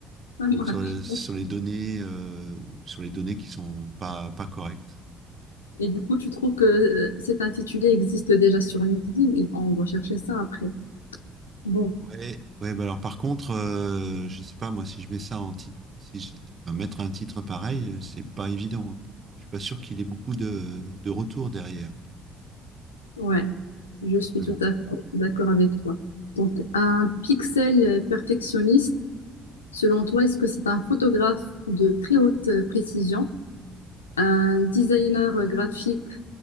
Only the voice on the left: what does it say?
<laughs>
Et du coup, tu trouves que euh, cet intitulé existe déjà sur LinkedIn? Il- On doit chercher ça après. Bon,
ouais, je suis
tout à fait d'accord avec toi. Donc, un pixel perfectionniste, selon toi, est-ce que c'est un photographe de très haute euh, précision, un designer graphique,